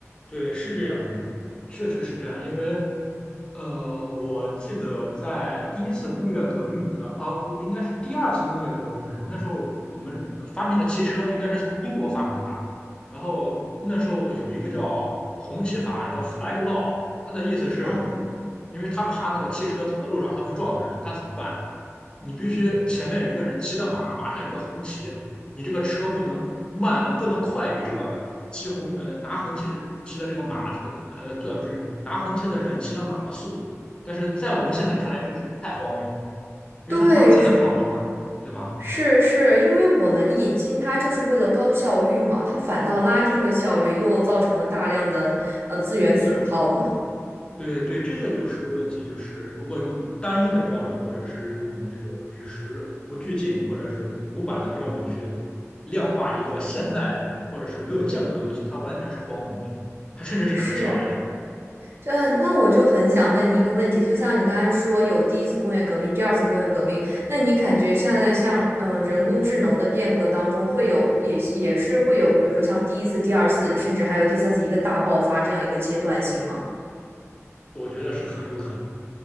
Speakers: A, on the left; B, on the right.
A: 对，是这样的，确实是这样，因为呃，我记得在第一次工业革命的，啊，不，应该是第二次工业革命的时候，那时候我们发明了汽车，应该是从英国发明的吧。然后那时候有一个叫红旗法案，叫 Flag Law，它的意思是，
B: 嗯，
A: 因为他怕那个汽车走到路上它会撞到人，他怎么办？你必须前面有一个人骑的马，马上有个红旗，你这个车不能慢，不能快于这个骑红呃拿红旗的骑的这个马的呃，这不是拿红旗的人骑的马的速度。但是在我们现在看来，这个是不是太荒谬了？因为他马才能跑多快，
B: 对，是
A: 对吧？
B: 是是，因为我们引进它就是为了高效率嘛，它反倒拉低了效率，又造成了大量的呃资源损耗嘛。
A: 对对，这个就是问题，就是如果用单一的标准，或者是用这种与时不俱进，或者是古板的标准去量化一个现在或者是没有见过的东西，它完全是荒谬的，它甚至是可笑的。
B: 是，这那我就很想问您一个问题，就像你刚才说有第一次工业革命、第二次工业革命，那你感觉现在像嗯、呃人工智能的变革当中，会有也也是会有，比如说像第一次、第二次，甚至还有第三次一个大爆发这样一个阶段性吗？
A: 我觉得是很有可能。